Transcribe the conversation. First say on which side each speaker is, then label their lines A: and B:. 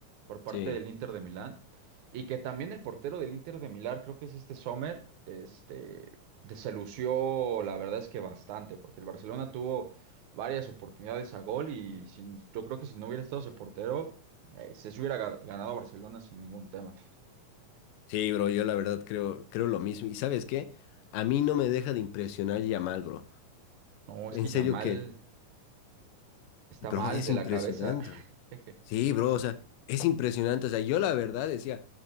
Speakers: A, on the right; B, on the left.
A: por parte
B: sí.
A: del Inter de Milán. Y que también el portero del Inter de Milán, creo que es este Sommer, este, de- se lució, la verdad es que bastante, porque el Barcelona tuvo varias oportunidades a gol y sin- yo creo que si no hubiera estado ese portero, eh, se se hubiera ga- ganado Barcelona sin ningún tema.
B: Sí, bro, yo la verdad creo, creo lo mismo. ¿Y sabes qué? A mí no me deja de impresionar Yamal, bro.
A: No, es
B: En
A: que
B: serio
A: Yamal
B: que,
A: está
B: bro,
A: mal
B: es
A: de
B: impresionante.
A: la cabeza. <laughs>
B: Sí, bro, o sea, es impresionante. O sea, yo la verdad decía,